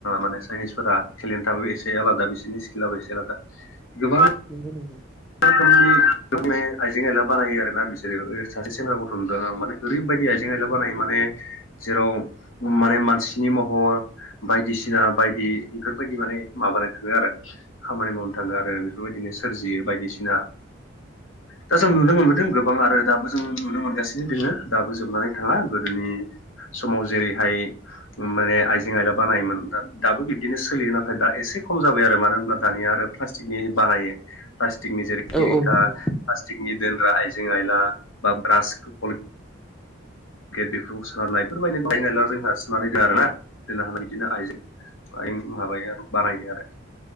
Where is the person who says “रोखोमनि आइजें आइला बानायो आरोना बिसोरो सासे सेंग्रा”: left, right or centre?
Left